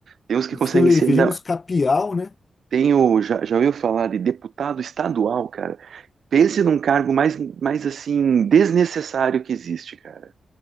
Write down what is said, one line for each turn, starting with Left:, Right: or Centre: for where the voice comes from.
Right: Tem uns que conseguem
Left: Fico le-
Right: ser
Left: vejando
Right: ainda
Left: os capial, né?
Right: Tem o, já, já ouviu falar de deputado estadual, cara? Pense num cargo mais, mais assim, desnecessário que existe, cara.